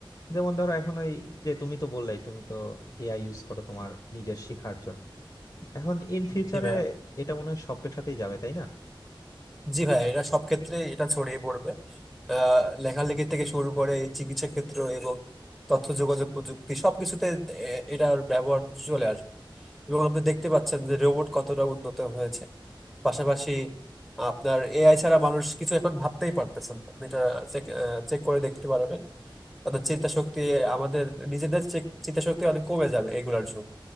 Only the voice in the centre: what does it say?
জি ভাই
জি ভাই এটা সব ক্ষেত্রে এটা ছড়িয়ে পড়বে আহ, লেখালেখি থেকে শুরু করে চিকিৎসা ক্ষেত্র এবং তথ্য যোগাযোগ প্রযুক্তি সবকিছুতে এ- এটার ব্যবহার চলে আসবে এবং আপনি দেখতে পাচ্ছেন যে রোবট কতটা উন্নত হয়েছে পাশাপাশি আপনার এআই ছাড়া মানুষ কিছু এখন ভাবতেই পারতেছেন আপনি এটা চেক চেক করে দেখতে পারবেন তাদের চিন্তা শক্তি আমাদের নিজেদের চেক- চিন্তা শক্তি অনেক কমে যাবে এগুলার জন্য